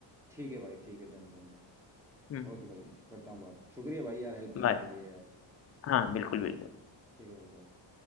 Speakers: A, in the centre; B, on the left (about 35°).
A: ठीक है भाई ठीक है डन डन डन
B: हम्म
A: ओके भाई करता हूँ बात शुक्रिया भाई यार हेल्प करने
B: बाय
A: के लिए यार
B: हाँ बिल्कुल बिल्कुल
A: ठीक है भाई bye।